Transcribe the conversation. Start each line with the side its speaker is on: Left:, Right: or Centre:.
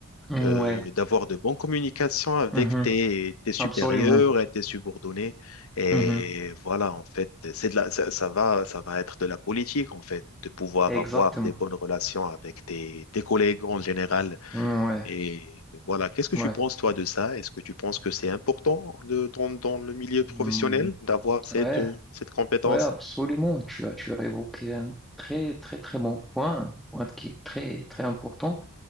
Centre: Mmh,
Left: euh,
Centre: ouais,
Left: d'avoir de bonnes communications avec
Centre: Mhm.
Left: tes, tes supérieurs
Centre: Absolument,
Left: et tes subordonnés. Et
Centre: Mhm.
Left: voilà, en fait, c'est de la, ça, ça va, ça va être de la politique, en fait, de pouvoir
Centre: Exactement,
Left: avoir des bonnes relations avec tes, tes collègues en général.
Centre: Mmh, ouais,
Left: Et voilà, qu'est-ce que
Centre: ouais,
Left: tu penses, toi, de ça? Est-ce que tu penses que c'est important de- dans, dans le milieu professionnel
Centre: Mm.
Left: d'avoir cette,
Centre: ouais,
Left: euh, cette compétence?
Centre: ouais, absolument. Tu as tu as évoqué un très très très bon point, un point qui est très très important,